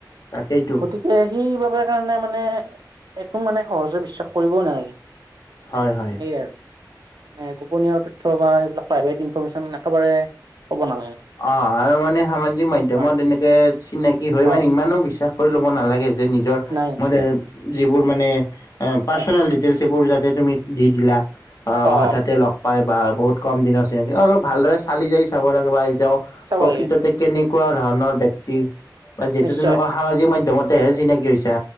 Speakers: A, on the left; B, on the right.
A: তাকেইতো।
B: গতিকে সেইবাবে কাৰণে মানে একো মানে সহজতে বিশ্বাস কৰিবও নালাগে। মানে
A: হয় হয়।
B: এই আৰু মানে গোপনীয় তথ্য বা এইবিলাক প্ৰাইভেট ইনফৰমেশ্যন একেবাৰে ক'ব নালাগে।
A: অ, আৰু মানে সামাজিক মধ্যয়মত
B: হয়
A: এনেকে চিনাকি হৈ
B: হয়
A: মানে ইমানো বিশ্বাস কৰি ল'ব নালাগে যে নিজৰ
B: নাই
A: মানে যিবোৰ মানে পাৰ্ছনেল
B: হয়
A: ডিটেইলছ সেইবোৰ যাতে তুমি দি, দিলা
B: অ
A: হঠাতে লগ পাই বা বহুত কম দিনৰ চিনাকি অলপ ভালদৰে চালি জাৰি চাব লাগে বা এতিয়াও
B: চাব
A: প্ৰকৃততে
B: লাগে
A: কেনেকুৱা ধৰণৰ ব্য়ক্তি বা যিহেতু
B: নিশ্চয়
A: তুমি কোৱা সামাজিক মাধ্যয়মতেহে চিনাকি হৈছা।